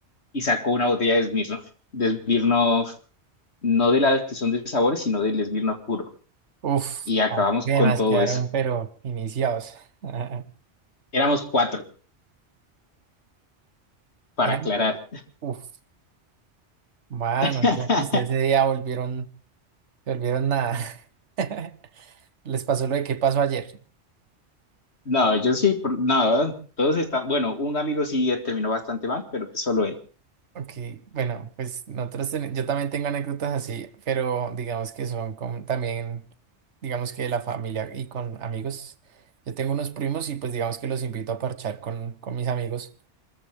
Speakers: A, on the left; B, on the right.
A: Y sacó una botella de Smirnoff, de Smirnoff, no de las que son de sabores, sino del Smirnoff puro.
B: Uf,
A: Y acabamos
B: además
A: con todo
B: quedaron,
A: eso.
B: pero iniciados. <laughs>
A: Éramos cuatro, para
B: Eran,
A: aclarar.
B: uf, bueno
A: <laughs>
B: o sea que ustedes ese día volvieron, se volvieron nada. <laughs> Les pasó lo de qué pasó ayer.
A: No, yo sí, por- no, todos están, bueno, un amigo sí eh, terminó bastante mal, pero pues solo él.
B: Ok, bueno, pues nosotros ten- yo también tengo anécdotas así, pero digamos que son con también, digamos que de la familia y con amigos. Yo tengo unos primos y pues digamos que los invito a parchar con, con mis amigos.